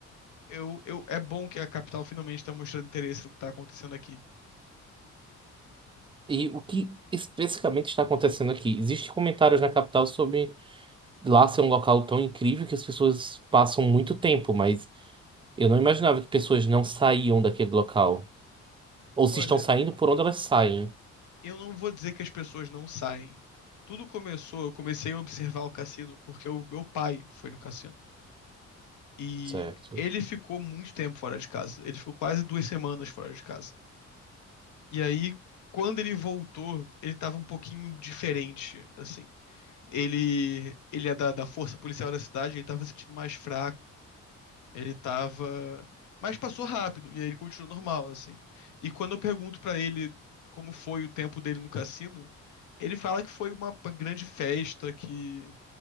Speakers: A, on the left (about 75°); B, on the right (about 15°).
A: eu, eu, é bom que a capital finalmente está mostrando interesse no que está acontecendo aqui.
B: E o que especificamente está acontecendo aqui? Existem comentários na capital sobre lá ser um local tão incrível que as pessoas passam muito tempo, mas eu não imaginava que pessoas não saíam daquele local. Ou se
A: Olha,
B: estão saindo, por onde elas saem.
A: eu não vou dizer que as pessoas não saem. Tudo começou, eu comecei a observar o cassino porque o meu pai foi no cassino. E
B: Certo.
A: ele ficou muito tempo fora de casa. Ele ficou quase duas semanas fora de casa. E aí, quando ele voltou, ele estava um pouquinho diferente, assim. Ele, ele é da, da força policial da cidade, ele estava se sentindo mais fraco. Ele tava. Mas passou rápido, e aí ele continuou normal, assim. E quando eu pergunto pra ele como foi o tempo dele no cassino, ele fala que foi uma grande festa, que